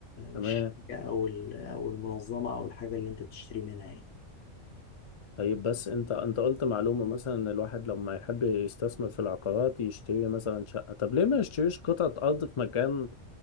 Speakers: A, on the left; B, on the left.
A: تمام
B: الشركه او ال- او المنظمه او الحاجه اللي انت بتشتري منها يعني
A: طيب بس أنت أنت قلت معلومة مثلا إن الواحد لما يحب يستثمر في العقارات يشتري مثلا شقة طب ليه ما يشتريش قطعة أرض في مكان